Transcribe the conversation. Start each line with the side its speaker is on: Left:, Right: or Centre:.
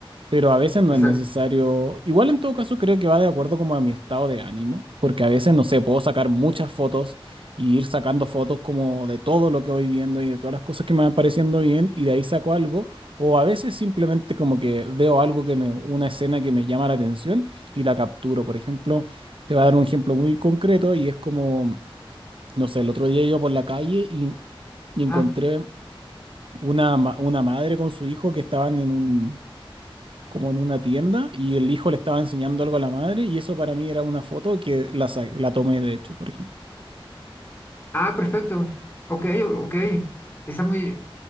Right: pero a veces no
Left: exacto.
Right: es necesario. Igual en todo caso creo que va de acuerdo como a mi estado de ánimo, porque a veces, no sé, puedo sacar muchas fotos y ir sacando fotos como de todo lo que voy viendo y de todas las cosas que me van pareciendo bien y de ahí saco algo, o a veces simplemente como que veo algo que me, una escena que me llama la atención y la capturo. Por ejemplo, te voy a dar un ejemplo muy concreto y es como, no sé, el otro día iba por la calle y y encontré
Left: Ajá.
Right: una, ma- una madre con su hijo que estaban en un, como en una tienda y el hijo le estaba enseñando algo a la madre y eso para mí era una foto que la, sa- la tomé de hecho, por ejemplo.
Left: Ah, perfecto. Ok, ok. Está muy